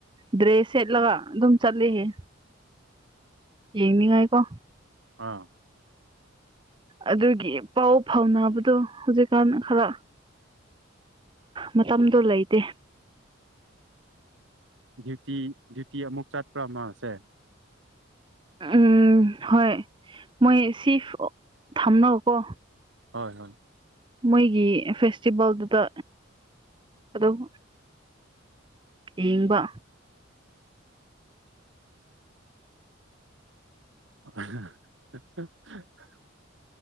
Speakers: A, on the right (about 25°); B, on the right (about 70°).
A: ꯗ꯭ꯔꯦꯁ ꯁꯦꯠꯂꯒ ꯑꯗꯨꯝ ꯆꯠꯂꯤꯍꯦ ꯌꯦꯡꯅꯤꯉꯥꯏꯀꯣ
B: ꯑꯥ
A: ꯑꯗꯨꯒꯤ ꯄꯥꯎ ꯐꯥꯎꯅꯕꯗꯣ ꯍꯧꯖꯤꯛꯀꯥꯟ ꯈꯔ ꯃꯇꯝꯗꯣ ꯂꯩꯇꯦ
B: ꯗ꯭ꯌꯨꯇꯤ ꯗ꯭ꯌꯨꯇꯤ ꯑꯃꯨꯛ ꯆꯠꯄ꯭ꯔꯥ ꯃꯥꯁꯦ
A: ꯎꯝ ꯍꯣꯏ ꯃꯣꯏ ꯁꯤꯤꯐ ꯊꯝꯅ ꯀꯣ
B: ꯍꯣꯏ ꯍꯣꯏ
A: ꯃꯣꯏꯒꯤ ꯐꯦꯁꯇꯤꯚꯦꯜꯗꯨꯗ ꯑꯗꯨꯝ ꯏꯕ
B: <unintelligible>